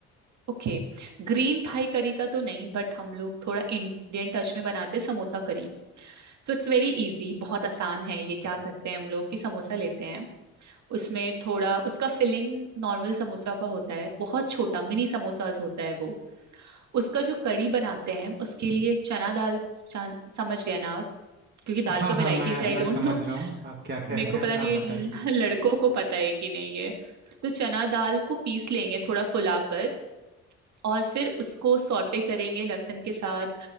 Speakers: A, on the right; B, on the right.
A: ओके ग्रीन थाई कड़ी का तो नहीं बट हम लोग थोड़ा इंडियन टच में बनाते हैं samosa curry So it's very easy बहुत आसान है ये क्या करते हैं हम लोग कि समोसा लेते हैं उसमें थोड़ा उसका फिलिंग नॉर्मल समोसा का होता है बहुत छोटा मिनी समोसाज होता है वो उसका जो करी बनाते हैं उसके लिए चना दाल चा- समझ गए ना आप क्योंकि दाल
B: हाँ
A: का वेराइटीज
B: हाँ मैं
A: है
B: मैं
A: आई डोंट
B: समझ
A: नो
B: रहा हूँ आप क्या कह
A: मेरे
B: रहे
A: को पता
B: हैं
A: नहीं
B: आप बताइए
A: ल- लड़कों को पता है कि नहीं ये तो चना दाल को पीस लेंगे थोड़ा फुलाकर और फिर उसको सॉटे करेंगे लहसुन के साथ